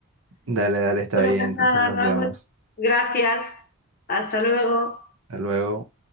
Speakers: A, on the right; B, on the left.
A: Dale, dale, está
B: Bueno,
A: bien.
B: pues
A: Entonces
B: nada,
A: nos
B: Raúl.
A: vemos.
B: Gracias. Hasta luego.
A: Hasta luego.